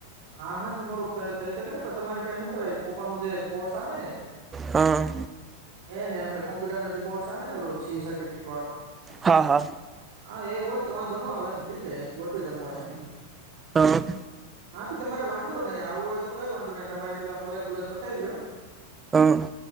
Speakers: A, on the right; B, on the right.
A: હા હા તમારું થઈ શકે ને પણ તમારી પાસે શું કેવાય <unintelligible> નું જે કોર્સ આવે ને
B: હા
A: એ ને આપડ કો્પ્યુટર ન જો કોર્સ આવે ને ઓલો સીસર્ટિફિટ વાળો
B: હા હા
A: હા એ હોય તો વાંધો ન આવે એમ થઈ જાય એ તો ગોઠવી દું મુ અહીંયા
B: હ
A: હાથી તમારે વાંધો નઈિ આવું હોય તો કઈ વાંધો નઈ તમારે પેલા કોલેજ બોલેસ પતાવી દો
B: હા